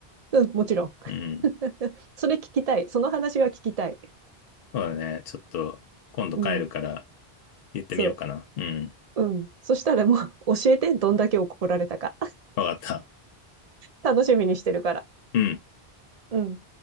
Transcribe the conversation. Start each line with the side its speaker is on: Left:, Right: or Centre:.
Right: うん、もちろん。
Left: うん。
Right: <laughs> それ聞きたい。その話は聞きたい。
Left: そうだね。ちょっと、今度帰るから
Right: うん、
Left: 言ってみようかな。
Right: そ
Left: うん。
Right: う。うん。そしたらもう、教えて、どんだけ怒られたか。
Left: わかった。
Right: 楽しみにしてるから。
Left: うん。
Right: うん。